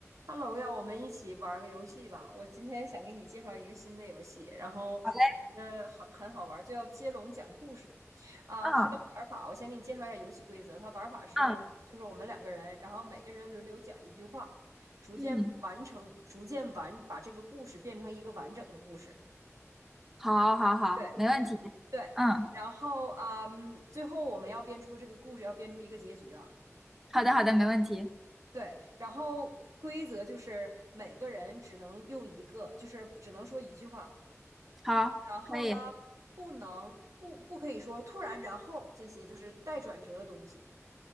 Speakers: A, on the right; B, in the centre.
A: Hello 呀，我们一起玩儿个游戏吧。我今天想给你介绍一个新的游戏，然后我觉得很很好玩儿，
B: 好嘞，
A: 就叫接龙讲故事。啊、
B: 嗯
A: 它的玩法我先给你介绍一下游戏规则。它玩法是，
B: 嗯
A: 就是我们两个人，然后每个人轮流讲一句话，逐渐完成，
B: 嗯，
A: 逐渐完把这个故事变成一个完整的故事。
B: 好，好，好，
A: 对
B: 没问题。
A: 对，
B: 嗯，
A: 然后啊、嗯最后我们要编出这个故事，要编出一个结局啊。
B: 好的，好的，没问题。
A: 对，然后规则就是每个人只能用一个，就是只能说一句话。
B: 好，
A: 然后呢，
B: 可以
A: 不能不不可以说突然然后这些就是带转折的东西